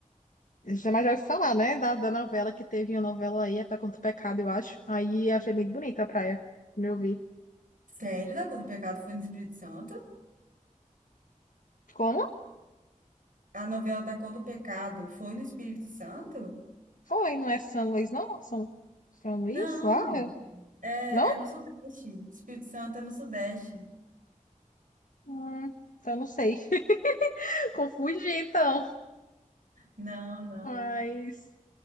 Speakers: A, on the left; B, on the right.
A: Jamais já ouvi falar, né? Da, da novela que teve uma novela aí, até contra o pecado, eu acho. Aí eu achei muito bonita a praia. Me ouvi.
B: sério, da Cor do Pecado foi no Espírito Santo?
A: Como?
B: A novela da Cor do Pecado foi no Espírito Santo?
A: Foi, não é São Luís, não? São, São Luís?
B: Não,
A: Lá? É,
B: é,
A: Não?
B: é no Sudeste. Espírito Santo é no Sudeste.
A: Hum, então não sei. <laughs> Confundi, então.
B: Não, não.
A: Mas